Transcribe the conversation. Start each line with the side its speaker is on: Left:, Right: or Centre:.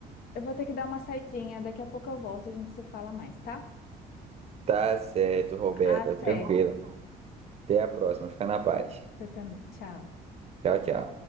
Left: Eu vou ter que dar uma saidinha, daqui a pouco eu volto, a gente se fala mais, tá?
Right: Tá certo, Roberta.
Left: Até.
Right: Tranquilo. Até a próxima. Fica na paz.
Left: Você também. Tchau.
Right: Tchau, tchau.